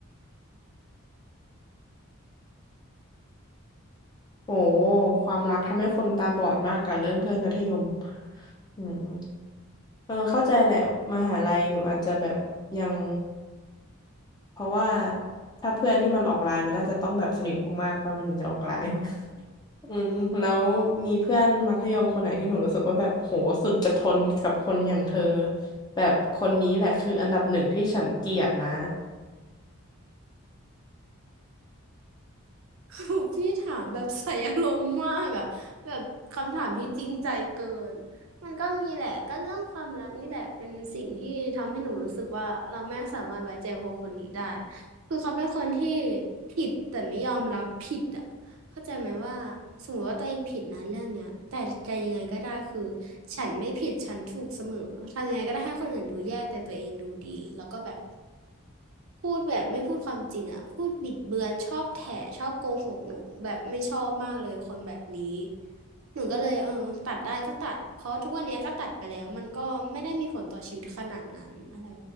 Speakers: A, on the left; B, on the right.
A: โอ้ความรักทำให้คนตาบอดมากกับเรื่องเพื่อนมัธยมอืมเออเข้าใจแหละมหาลัยหนูอาจจะแบบยังเพราะว่าถ้าเพื่อนที่มันออกไลน์มันน่าจะต้องแบบสนิทมากๆป่ะมันถึงจะออกไลน์ <laughs> อืมแล้วมีเพื่อนมัธยมคนไหนที่หนูรู้สึกว่าแบบโหสุดจะทนกับคนอย่างเธอแบบคนนี้แหละคืออันดับหนึ่งที่ฉันเกลียดนะ
B: <laughs> พี่ถามแบบ <laughs> ใส่อารมณ์มากอะแบบคำถามที่จริงใจเกินมันก็มีแหละก็เรื่องความรักนี่แหละเป็นสิ่งที่ทำให้หนูรู้สึกว่าเราไม่สามารถไว้ใจคนคนนี้ได้คือเขาเป็นคนที่ผิดแต่ไม่ยอมรับผิดอะเข้าใจไหมว่าสมมติว่าตัวเองผิดนะเรื่องเนี้ยแต่จะยังไงก็ได้คือฉันไม่ผิดฉันถูกเสมอทำยังไงก็ได้ให้คนอื่นดูแย่แต่ตัวเองดูดีแล้วก็แบบ พูดแบบไม่พูดความจริงอ่ะพูดบิดเบือนชอบแถชอบโกหกหนูแบบไม่ชอบมากเลยคนแบบนี้หนูก็เลยเออตัดได้ก็ตัดเพราะทุกวันเนี้ยก็ตัดไปแล้วมันก็ไม่ได้มีผลต่อชีวิตขนาดนั้นอะไร